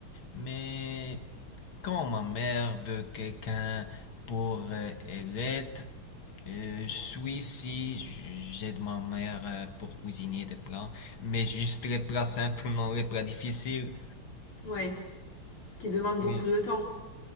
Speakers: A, on the left (about 65°); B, on the left (about 85°).
A: mais quand ma mère veut quelqu'un pour euh, l'aide, euh, je suis ici, j'aide ma mère euh, pour cuisiner des plats, mais juste les plats simples, non les plats difficiles.
B: Ouais, qui demande beaucoup
A: Oui.
B: de temps.